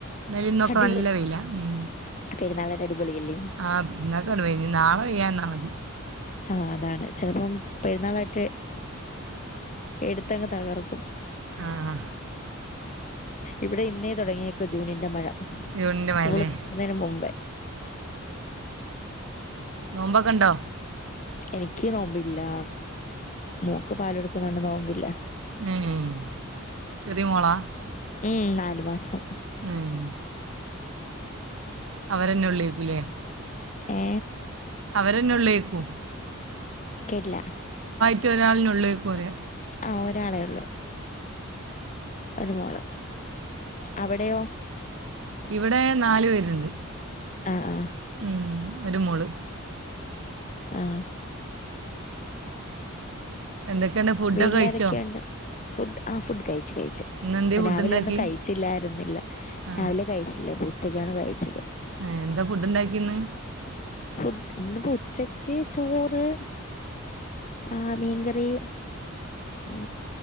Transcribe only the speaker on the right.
ഇന്നലിന്നൊക്കെ
നല്ല വെയില ഉം
ആഹ <unintelligible> നാളെ പെയ്യാന്നാൽ മതി
ആഹ്..
ജൂണിൻ്റെ
മഴയല്ലേ
നോമ്പൊക്കെണ്ടോ?
ഹ്മ്മ് ചെറിയ മോളാ
ഉം അവരെന്നെ ഉള്ളേപുലെ
അവരെന്നെ ഉള്ളേക്കൂ
റ്റൊരാളിനുള്ളേക്ക് കുറയാ
ഇവിടെ നാല് പേരുണ്ട്
ഉം ഒരു മോള്
എന്തൊക്കെയുണ്ട് ഫുഡൊക്കെ
കഴിച്ചോ
ഇന്ന് എന്തേ ഫുഡ്
ഉണ്ടാക്കി
ആ
ഏ, എന്താ ഫുഡ് ഉണ്ടാക്കി ഇന്ന്